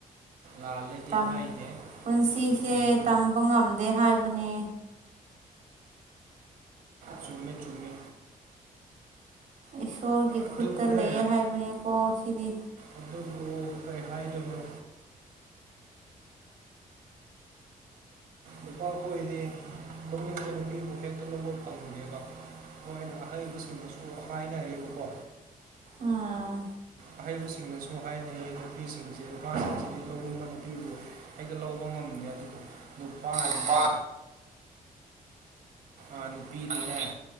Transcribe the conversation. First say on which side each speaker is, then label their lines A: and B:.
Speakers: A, on the right (about 85°); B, on the right (about 60°).
A: ꯂꯥꯜꯂꯦꯗꯤ
B: ꯇꯝ
A: ꯍꯥꯏꯗꯦ
B: ꯄꯨꯟꯁꯤꯁꯦ
A: ꯑꯗꯨꯁꯨ ꯆꯨꯝꯃꯤ
B: ꯇꯝꯕ ꯉꯝꯗꯦ ꯍꯥꯏꯕꯅꯦ
A: <inaudible> ꯆꯨꯝꯃꯦ ꯆꯨꯝꯃꯦ
B: ꯏꯁꯣꯔꯒꯤ
A: ꯑꯗꯨꯕꯨꯅꯦ
B: ꯈꯨꯠꯇ ꯂꯩꯌꯦ ꯍꯥꯏꯕꯅꯦꯀꯣ ꯁꯤꯗꯤ
A: ꯑꯗꯨꯕꯨ ꯀꯩ ꯍꯥꯏꯗꯣꯏꯅꯣ ꯅꯨꯄꯥ ꯀꯣꯏꯗꯤ ꯂꯧꯅꯤꯡꯕꯥ ꯅꯨꯄꯤꯕꯨ ꯍꯦꯛꯇ ꯂꯧꯕ ꯐꯪꯗꯦꯕ ꯃꯣꯏꯅ ꯑꯍꯩꯕꯁꯤꯡꯗꯨꯁꯨ ꯍꯥꯏꯅꯩꯌꯦꯕꯀꯣ
B: ꯑꯥ
A: ꯑꯍꯩꯕꯁꯤꯡꯅꯁꯨ ꯍꯥꯏꯅꯩꯌꯦ ꯅꯨꯄꯤꯁꯤꯡꯁꯦ ꯅꯨꯄꯥꯁꯤꯡꯁꯤꯗꯤ ꯂꯧꯅꯤꯡꯕ ꯅꯨꯄꯤꯕꯨ ꯍꯦꯛꯇ ꯂꯧꯕ ꯉꯝꯗ꯭ꯔꯦ ꯑꯗꯨꯕꯨ ꯅꯨꯄꯥꯗꯤꯅꯦ
B: ꯅꯨꯄꯥ
A: ꯑ ꯅꯨꯄꯤꯗꯤꯅꯦ
B: ꯅꯨꯄꯤ